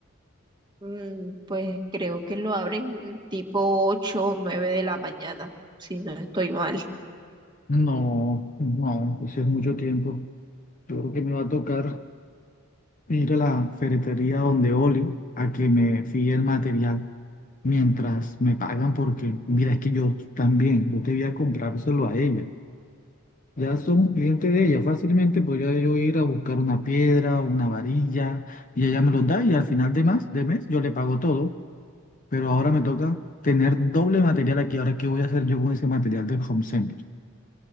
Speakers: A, on the right (about 20°); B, on the left (about 40°).
A: Mm, Pues creo que lo abren tipo 8 o 9 de la mañana, si no estoy mal.
B: No, no, eso es mucho tiempo. Yo creo que me va a tocar ir a la ferretería donde Oli a que me fíe el material mientras me pagan porque, mira, es que yo también, yo debía comprárselo a ella. Ya somos clientes de ella. Fácilmente podría yo ir a buscar una piedra o una varilla y ella me los da y al final de más, de mes yo le pago todo. Pero ahora me toca tener doble material aquí. Ahora, ¿qué voy a hacer yo con ese material del home center?